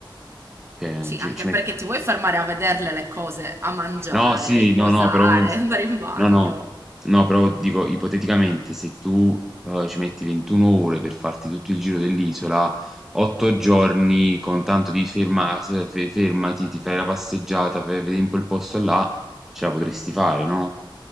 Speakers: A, in the centre; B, on the right (about 30°).
A: ehm,
B: Sì,
A: ci
B: anche
A: ci metti
B: perché ti vuoi fermare a vederle le cose, a mangiare,
A: no, sì,
B: a riposare,
A: no, no, però uno dice
B: <laughs> andare in bagno.
A: no, no, no, però dico ipoteticamente se tu, uhm, ci metti 21 ore per farti tutto il giro dell'isola, 8 giorni con tanto di fermas fe fermati, ti fai la passeggiata, fai vedi un po' il posto là, ce la potresti fare, no?